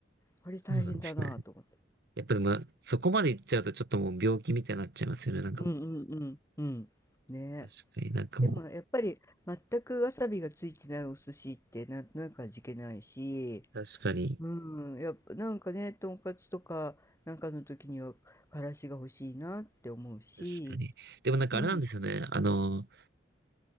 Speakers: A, on the left; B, on the right.
A: あれ大変だなと思って。
B: そうなんですね。やっぱでも、そこまで行っちゃうとちょっともう病気みたいになっちゃいますよね。なんか
A: うんうんうんうん。ね。
B: 確かになんかも
A: でもやっぱり全くわさびがついてないお寿司ってなんとなく味気ないし、
B: う、確かに、
A: うん、やっぱなんかね、とんかつとかなんかの時にはからしが欲しいなって思うし、
B: 確かに。でもなんかあれなんですよね。
A: うん
B: あの、